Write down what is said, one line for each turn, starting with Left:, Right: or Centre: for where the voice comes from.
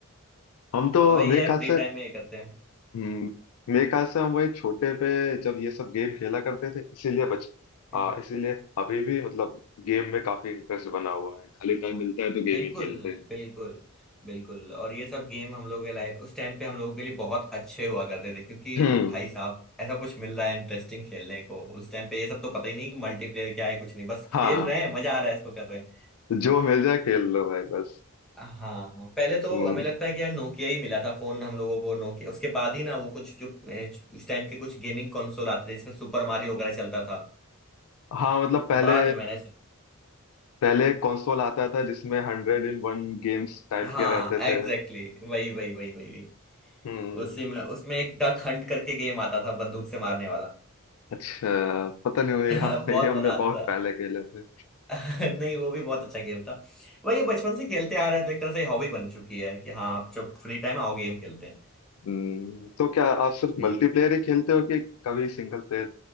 Left: हम तो
Centre: तो वही
Left: मेरे
Centre: है
Left: ख्याल
Centre: फ्री
Left: से
Centre: टाइम में ये करते हैं
Left: हम्म मेरे ख्याल से हम वही छोटे पे जब ये सब गेम खेला करते थे इसीलिए बच
Centre: हम्म।
Left: आ, इसीलिए अभी भी मतलब गेम में काफी इंटरेस्ट बना हुआ है खाली टाइम मिलता है तो गेम
Centre: बिल्कुल
Left: ही खेलते हैं
Centre: बिल्कुल बिल्कुल और ये सब गेम हम लोग के लाइफ उस टाइम पे हम लोगों के लिए बहुत अच्छे हुआ करते थे क्योंकि
Left: हम्म
Centre: भाई साहब ऐसा कुछ मिल रहा है इंटरेस्टिंग खेलने को उस टाइम पे ये सब तो पता ही नहीं कि मल्टीप्लेयर क्या है कुछ नहीं बस
Left: <laughs>
Centre: खेल
Left: हाँ
Centre: रहे हैं मजा आ रहा है इसको कर रहे हैं
Left: जो मिल जाए खेल लो भाई बस
Centre: हाँ हाँ पहले तो
Left: हम्म
Centre: हमें लगता है कि यार नोकिया ही मिला था फोन हम लोगों को नोकिया उसके बाद ही ना वो कुछ जो ए, उस टाइम के कुछ गेमिंग कंसोल आते थे जिसमें सुपर मारियो वगैरह चलता था
Left: हाँ मतलब पहले
Centre: बाद में मैंने
Left: पहले कंसोल आता था जिसमें हंड्रेड इन वन गेम्स टाइप
Centre: हाँ
Left: के रहते
Centre: एग्जैक्टली
Left: थे
Centre: exactly, वही वही वही वही वही
Left: हम्म
Centre: उसी में उसमें एक डक हंट करके गेम आता था बंदूक से मारने वाला
Left: अच्छा पता नहीं मुझे
Centre: <laughs> बहुत
Left: याद नहीं हमने
Centre: मजा आता
Left: बहुत
Centre: था
Left: पहले खेले थे
Centre: <laughs> नहीं वो भी बहुत अच्छा गेम था वही ये बचपन से खेलते आ रहे हैं तो एक तरह से हॉबी बन चुकी है कि हाँ आप जब फ्री टाइम आओ गेम खेलते हैं
Left: हम्म, तो क्या आप सिर्फ
Centre: यही
Left: मल्टीप्लेयर ही खेलते हो कि कभी सिंगल प्लेयर